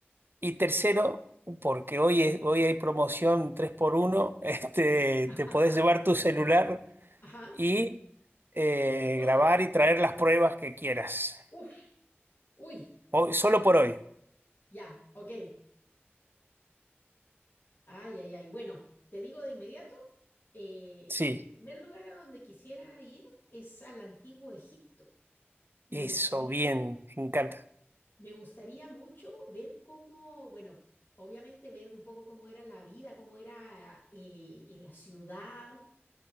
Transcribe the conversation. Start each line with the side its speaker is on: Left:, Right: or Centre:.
Right: Y tercero, porque hoy, es- hoy hay promoción tres por uno <laughs> este,
Left: <laughs>
Right: te podés llevar tu celular
Left: ajá,
Right: y eh,
Left: las fotos.
Right: grabar y traer las pruebas que quieras.
Left: Uf, uy,
Right: Hoy- solo por hoy.
Left: ya, ok. Ay, ay, ay. Bueno, te digo de inmediato, eh,
Right: Sí,
Left: el primer lugar a donde quisiera ir es al antiguo Egipto. Me
Right: eso,
Left: gustaría
Right: bien, me encanta.
Left: Me gustaría mucho ver cómo, bueno, obviamente ver un poco cómo era la vida, cómo era eh, en la ciudad,